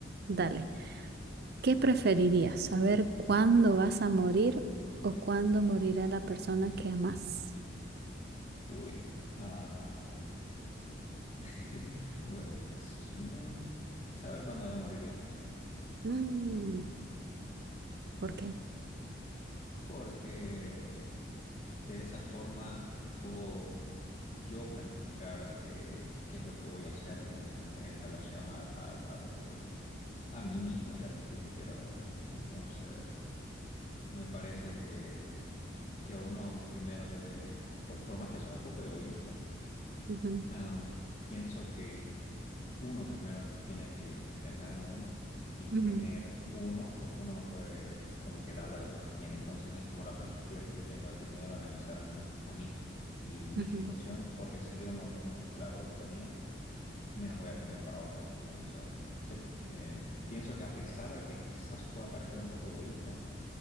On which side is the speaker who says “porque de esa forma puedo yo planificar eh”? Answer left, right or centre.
Left